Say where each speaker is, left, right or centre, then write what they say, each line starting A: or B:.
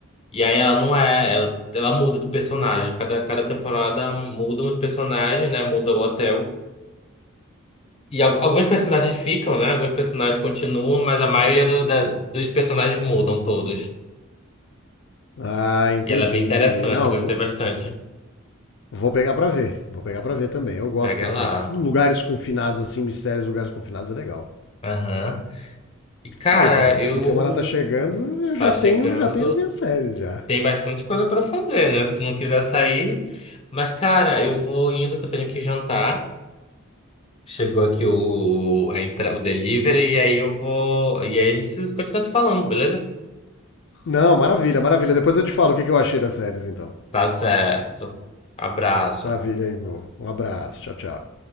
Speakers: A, on the left; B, on the left.
A: E aí ela não é, ela, ela muda de personagem, cada, cada temporada mudam os personagens, né, muda o hotel. E al- alguns personagens ficam, né? Alguns personagens continuam, mas a maioria do- da- dos personagens mudam todos.
B: Ah, entendi,
A: E ela é bem interessante,
B: entendi. Não,
A: eu gostei
B: vou,
A: bastante.
B: vou pegar pra ver. Vou pegar pra ver também. Eu gosto
A: Pega
B: dessas
A: lá.
B: lugares confinados assim, mistérios, lugares confinados é legal.
A: Aham. E cara,
B: Ah, então,
A: eu
B: fim de semana tá chegando, eu já
A: tá chegando,
B: tenho, já tenho as minhas séries já.
A: tem bastante coisa pra fazer, né? Se tu não quiser sair. Mas cara, eu vou indo que eu tenho que jantar. Chegou aqui o, a entra- o delivery e aí eu vou, e aí a gente continua se falando, beleza?
B: Não, maravilha, maravilha. Depois eu te falo o que que eu achei das séries então.
A: Tá certo. Abraço.
B: Maravilha, Ivo. Um abraço. Tchau, tchau.